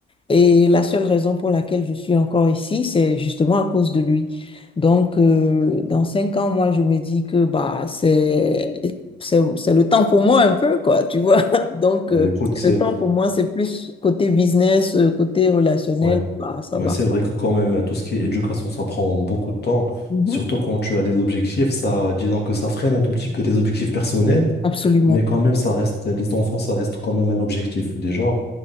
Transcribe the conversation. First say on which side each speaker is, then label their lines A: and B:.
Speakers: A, on the left; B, on the left.
A: Et la seule raison pour laquelle je suis encore ici, c'est justement à cause de lui. Donc, euh, dans cinq ans, moi, je me dis que bah, c'est, c'est, c'est le temps pour moi un peu, quoi, tu vois. <laughs> Donc,
B: Bah
A: euh,
B: écoute, c'est...
A: le temps pour moi, c'est plus côté business, euh, côté relationnel,
B: Ouais.
A: bah, ça
B: Ouais,
A: va.
B: c'est vrai que quand même, tout ce qui est éducation, ça prend beaucoup de temps.
A: Mhm.
B: Surtout quand tu as des objectifs, ça, disons que ça freine un tout petit peu tes objectifs personnels,
A: Absolument.
B: mais quand même, ça reste, les enfants, ça reste quand même un objectif. Déjà,